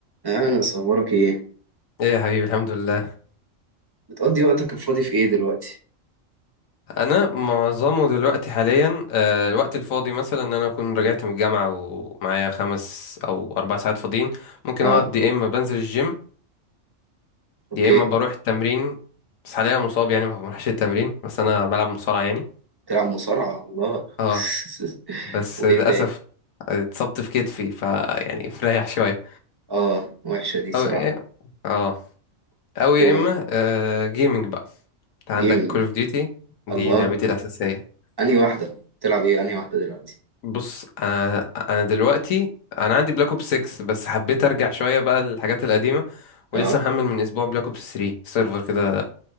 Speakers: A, on the right; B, on the left.
A: انا اصورك ايه
B: ايه يا حبيبي الحمد لله
A: بتقضي وقتك الفاضي في ايه دلوقتي
B: انا معظمه دلوقتي حاليا آه، الوقت الفاضي مثلا ان انا اكون رجعت من الجامعه ومعايا خمس او اربع ساعات فاضيين ممكن
A: اه
B: اقعد يا اما بنزل الجيم
A: اوكي
B: يا اما بروح التمرين بس حاليا مصاب يعني ما بروحش التمرين بس انا بلعب مصارعه يعني
A: تلعب مصارعة الله
B: اه
A: <laughs>
B: بس
A: وايه
B: للاسف
A: تاني
B: اتصبت في كتفي ف يعني فريح شويه
A: اه وحشة دي صراحة
B: او إيه، اه او يا
A: هو
B: اما آه جيمنج بقى انت عندك
A: جيمنج
B: كول
A: ده
B: اوف ديوتي دي
A: الله
B: لعبتي الاساسيه
A: انهي واحدة بتلعب ايه انهي واحدة دلوقتي
B: بص انا انا دلوقتي انا عندي بلاك اوبس 6 بس حبيت ارجع شويه بقى للحاجات القديمه ولسه
A: اه
B: محمل من اسبوع بلاك اوبس 3 سيرفر كده